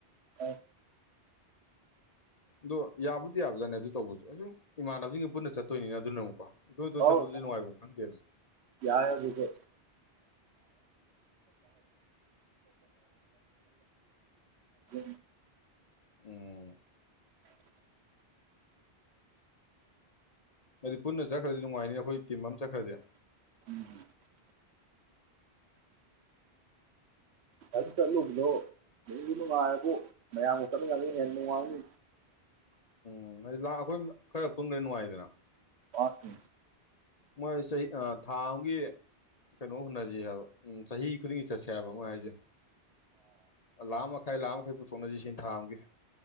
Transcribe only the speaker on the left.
ꯑꯗꯣ ꯌꯥꯕꯨꯗꯤ ꯌꯥꯕꯖꯥꯠꯅꯦ ꯑꯗꯨ ꯇꯧꯕꯁꯨ ꯑꯩ ꯁꯨꯝ ꯏꯃꯥꯟꯅꯕꯁꯤꯡꯒ ꯄꯨꯟꯅ ꯆꯠꯇꯣꯏꯅꯤꯅ ꯑꯗꯨꯅ ꯑꯃꯨꯛꯀꯣ ꯏꯇꯣꯟ ꯏꯇꯣꯟ
ꯆꯠꯄꯗꯨꯗꯤ ꯅꯨꯡꯉꯥꯏꯕꯝ ꯈꯪꯗꯦꯅ
ꯎꯝ
ꯑꯗꯨ ꯄꯨꯟꯅ ꯆꯠꯈ꯭ꯔꯗꯤ ꯅꯨꯡꯉꯥꯏꯅꯤ ꯑꯩꯈꯣꯏ ꯇꯤꯝ ꯑꯃ ꯆꯠꯈ꯭ꯔꯗꯤ
ꯎꯝ ꯍꯥꯏꯗꯤ ꯂꯥꯛ ꯑꯩꯈꯣꯏ ꯈꯔ ꯄꯨꯟꯕ꯭ꯔꯦ ꯅꯨꯡꯉꯥꯏꯗꯅ
ꯃꯣꯏ ꯆꯍꯤ ꯑ ꯊꯥꯝꯒꯤ ꯀꯩꯅꯣ ꯍꯨꯟꯅꯁꯤ ꯍꯥꯏꯕ ꯎꯝ ꯆꯍꯤ ꯈꯨꯗꯤꯡꯒꯤ ꯆꯠꯁꯦ ꯍꯥꯏꯕ ꯃꯣꯏ ꯍꯥꯏꯁꯦ ꯂꯥꯛꯃ ꯃꯈꯥꯏ ꯂꯥꯛꯃ ꯃꯈꯥꯏ ꯄꯨꯊꯣꯛꯅꯁꯤ ꯁꯤꯅ ꯊꯥ ꯑꯝꯒꯦ